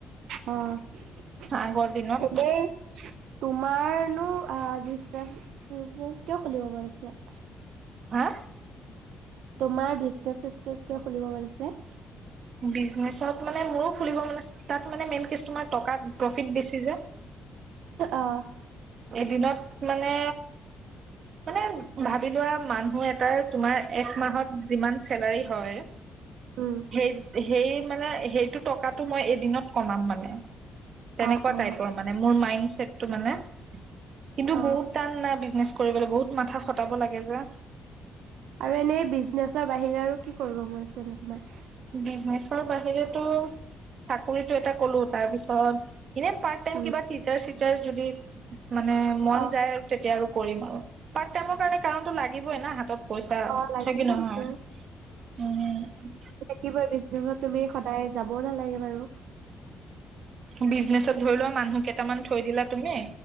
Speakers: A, on the right; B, on the right.
A: অহ
B: আগৰ দিনত
A: হ'বও তোমাৰনো আহ বিজিনেচ চিজিনেচ কিয় খুলিব মন আছিলে।
B: হা
A: তোমাৰ বিজনেচ চিজনেচ কিয় খুলিব মন আছে?
B: বিজনেছত মানে মোৰো খুলিব মানে তাত মানে মেইন কেচ তোমাৰ টকা প্ৰফিট বেছি যে
A: অহ
B: এদিনত মানে মানে ভা ভাবি লোৱা মানুহ এটাৰ তোমাৰ এক মাহত যিমান চেলাৰী হয়
A: উম,
B: সেই, সেই মানেই সেইটো এইটো টকাটো মই এদিনত কমাম মানে তেনেকুৱা
A: অ', অ',
B: টাইপৰ মানে মোৰ মাইন্ড চটটো মানে <unintelligible> কিন্তু
A: অ',
B: বহুত টান‌ না বিজনেছ কৰিবলৈ বহুত মাথা খটাব লাগে যে
A: আৰু এনেই বিজনেছৰ বাহিৰে আৰু কি কৰিব মোৰ আছিল নো তোমাৰ?
B: বিজনেচৰ বাহিৰেটো চাকৰিটো এটা কলো তাৰপিছত ইনে পাৰটাইম
A: উম,
B: কিবা টিচাৰ চিচাৰ তই যদি মানে মন
A: অ',
B: যায় আৰু তেতিয়া আৰু কৰিম আৰু পাৰ্ট টাইমৰ কাৰণে কাৰণটো লাগিবই না হাতত পইচা
A: অ', লাগিব
B: থাকে নহয়,
A: কিন্তু।
B: উম
A: কি কয় বিজনেছত তুমি সদায় যাব নালাগে বাৰু
B: উম বিজনেচত ধৰি লোৱা মানুহ কেইটামান থৈ দিলা তুমি,